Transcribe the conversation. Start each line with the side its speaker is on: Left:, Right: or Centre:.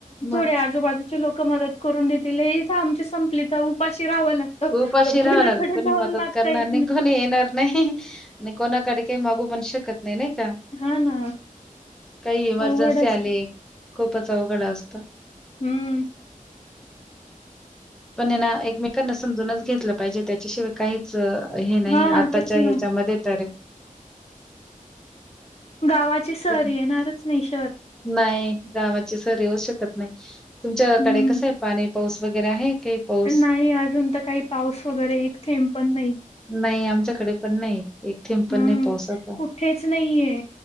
Centre: मग
Left: थोड्या आजूबाजूचे लोक मदत करून देेतील इथ आमची संपली तर उपाशी राहावं लागतं.
Centre: उपाशी
Left: पण
Centre: राहावं
Left: कुणाकडे
Centre: लागल कोणी
Left: जाऊन
Centre: मदत
Left: मागता
Centre: करणार
Left: येत
Centre: नाही कोणी येणार नाही आणि कोणाकडे काही मागू पण शकत नाही नाही का
Left: हा ना
Centre: काही इमर्जन्सी
Left: अवघड असत.
Centre: आली. खूपच अवघड असत.
Left: हम्म.
Centre: पण यांना एकमेकांना समजूनच घेतलं पाहिजे त्याच्याशिवाय काहीच हे नाही
Left: हा
Centre: आताच्या
Left: तेच ना
Centre: याच्यामध्ये तर.
Left: गावाची सर
Centre: खूप
Left: येणारच नाही श
Centre: नाही गावाची सर येऊच शकत नाही तुमच्याकडे
Left: हम्म
Centre: कसं आहे पाणी. पाऊस वगैरे आहे? काही पाऊस?
Left: नाही अजून तर काही पाऊस वगैरे एक थेंब पण नाही.
Centre: नाही आमच्याकडे पण नाही एक थेंब पण
Left: हम्म
Centre: नाही पावसाच.
Left: कुठेच नाहीये